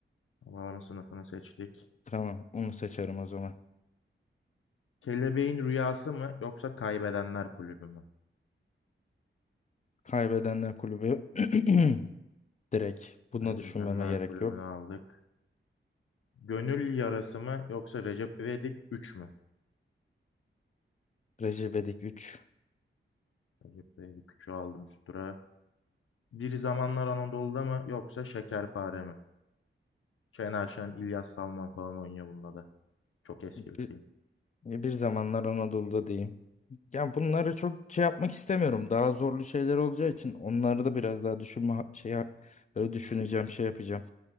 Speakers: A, on the left (about 80°); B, on the left (about 35°).
A: Alabama sınıfını seçtik.
B: Tamam onu seçerim o zaman.
A: Kelebeğin Rüyası mı yoksa Kaybedenler Kulübü mü?
B: Kaybedenler Kulübü <clears throat> direkt bunu
A: Kaybedenler
B: düşünmeme gerek
A: Kulübü'nü
B: yok.
A: aldık. Gönül Yarası mı yoksa Recep İvedik üç mü?
B: Recep İvedik 3
A: Recep İvedik üçü aldım üst tura. Bir Zamanlar Anadolu'da mı yoksa Şekerpare mi? Şener Şen, İlyas Salman falan oynuyor bunda da. Çok eski
B: bir,
A: bir film.
B: bir zamanlar Anadolu'da diyeyim. Ya bunları çok şey yapmak istemiyorum. Daha zorlu şeyler olacağı için onları da biraz daha düşünme ha- şey ha- böyle düşüneceğim şey yapacağım.